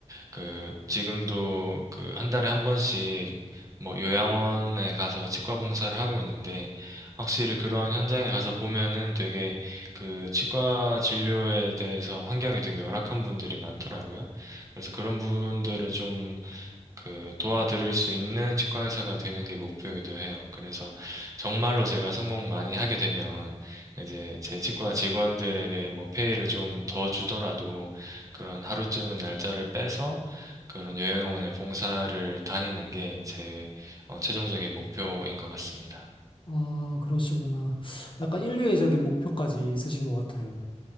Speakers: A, on the right; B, on the left.
A: 그 지금도 그 한 달에 한 번씩 뭐 요양원에 가서 치과 봉사를 하고 있는데 확실히 그런 현장에 가서 보면은 되게 그 치과 진료에 대해서 환경이 되게 열악한 분들이 많더라고요. 그래서 그런 분들을 좀 그 도와드릴 수 있는 치과 의사가 되는 게 목표이기도 해요. 그래서 정말로 제가 성공 많이 하게 되면 이제 제 치과 직원들에게 뭐 페이를 좀 더 주더라도 그런 하루쯤은 날짜를 빼서 그런 요양원의 봉사를 다니는 게제 어, 최종적인 목표인 것 같습니다.
B: 아, 그러시구나. 약간 인류애적인 목표까지 있으신 것 같아요.